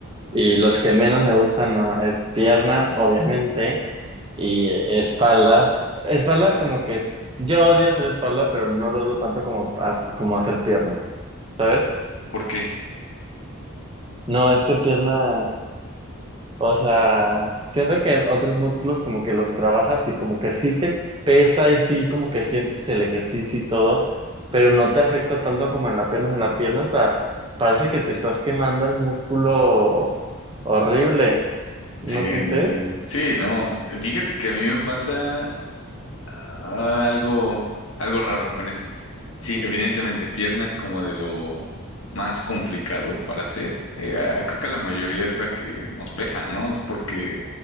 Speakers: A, on the right; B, on the left.
A: Y los que menos me gustan no, es pierna, obviamente, y eh, espalda. Espalda como que es- yo odio hacer espalda, pero no lo odio tanto como, as- como hacer pierna, ¿sabes?
B: ¿Por qué?
A: No, es que pierna O sea, siento que en otros músculos como que los trabajas y como que sí te pesa y sí como que sientes el ejercicio y todo, pero no te afecta tanto como en la pierna. En la pierna, o sea, parece que te estás quemando el músculo horrible. ¿No
B: Sí, eh,
A: sientes?
B: sí, no. Fíjate que a mí me pasa. Ah, algo, algo raro con eso. Sí, evidentemente, pierna es como de lo más complicado para hacer. Eh, ah, creo que la mayoría es la que nos pesa, ¿no? Es porque